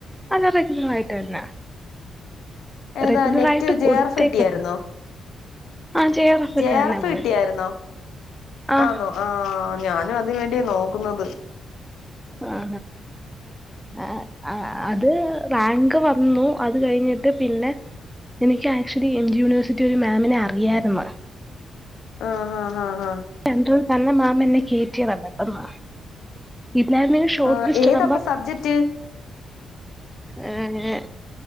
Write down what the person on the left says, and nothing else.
ഏതാ
നെറ്റ്
ജെ
ആർ എഫ് കിട്ടിയായിരുന്നോ
ജെ
ആർ എഫ്
കിട്ടിയായിരുന്നോ
ആന്നോ ആഹ് ഞാനും അതിന് വേണ്ടിയാ നോക്കുന്നത്
ആ ഹ ഹ
ആ
ഏതാപ്പൊ
സബ്ജക്ട്